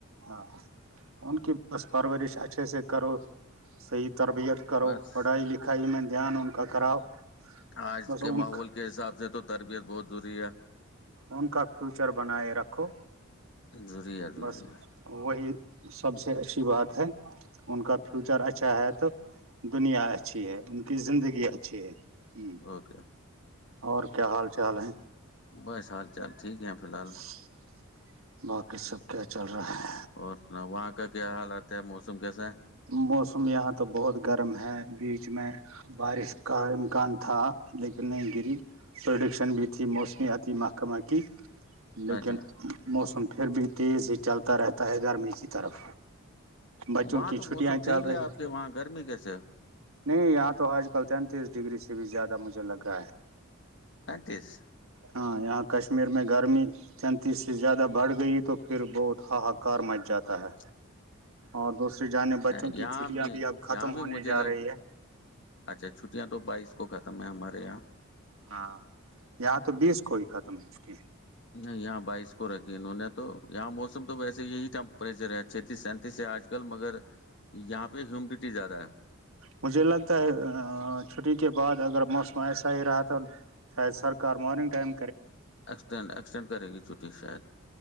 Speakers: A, on the right; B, on the left.
A: ہاں ان کی بس پرورش اچھے سے کرو صحی تربیت کرو
B: بس
A: پڑھائی لکھائی میں دھیان ان کاا کراؤ
B: آج
A: بس
B: کے
A: ان
B: ماحول کے حساب سے تو تربیت بہت ضروری ہے
A: ان کا فیوچر بنائے رکھو
B: دوریا دوریا
A: بس وہی سب سے اچھی بات ہے ان کا فیوچر اچھا ہے تو دنیا اچھی ہے ان کی زندگی اچھی ہے ہ
B: اوکے
A: اور کیا حال چال ہیں
B: بس حال چال ٹھیک ہے فی الحال
A: <unintelligible> باقی سب کیا چل رہا ہے
B: اور وہاں کا کیا حالات ہے موسم کیسے
A: موسم یہاں تو بہت گرم ہے بیچ میں بارش کا امکان تھا لیکن نہیں گری پروڈکشن بھی تھی موسمی عتی محکمہ کی
B: ہے
A: لیکن
B: اچھا
A: موسم پھر بھی تیز ہی چلتا رہتا ہے گرمی کی طرف بچوں
B: وہاں
A: کی
B: تو
A: چھٹیاں
B: موسم ٹھیک
A: چل
B: ہے
A: رہی
B: آپ کے
A: تھیں
B: وہاں گرمی کیسے
A: نہیں یہاں تو آج کل تینتیس ڈگری سے بھی زیادہ مجھے لگ رہا ہے
B: پینتیس
A: ہاں یہاں کشمیر میں گرمی چینتیس سے زیادہ بڑھ گئی تو پھر بہت ہاہاکار مچ جاتا ہے
B: <unintelligible>
A: اور دوسری جانب بچوں
B: یہاں
A: کی چھٹیاں بھی اب ختم
B: یہاں بھی
A: ہونے
B: مجھے
A: جا
B: لگ
A: رہی ہے
B: اچھا چھٹیاں تو بائیس کو ختم ہے ہمارے یہاں
A: ہاں یااں تو بیس کو ہی ختم ہے اس کے
B: نہیں یہاں بائیس کو رکھی انہوں نے تو یہاں موسم تو ویسے یہی ٹیمپریچر ہے چھتیس سینتیس سے آج مگر یہاں پہ ہیومڈٹی زیادہ ہے
A: مجھے لگتا ہے چھٹی کے بعد اگر موسم ایسا ہی رہا تھا شاید سرکارنگ ٹائم
B: ایکسین ایکسٹینڈ کرے گی چھٹی شاید